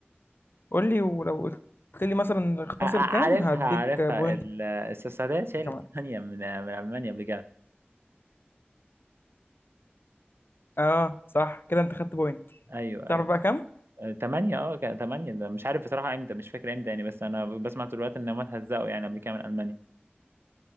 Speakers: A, on the left; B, on the right.
A: قول لي ولو قلت لي مثلا
B: ع-
A: خسر
B: ع-
A: كام
B: عارفها
A: هديك
B: عارفها
A: بوينت
B: ال- السويسرية شالت
A: كمان
B: ثمانية من من ألمانيا قبل كده
A: اه صح كده انت خدت بوينت
B: أيوه
A: تعرف
B: أيوه
A: بقى كام
B: ثمانية أه كان ثمانية ده مش عارف بصراحة إمتى مش فاكر إمتى يعني بس أنا بسمع طول الوقت إن هم اتهزقوا يعني قبل كده من ألمانيا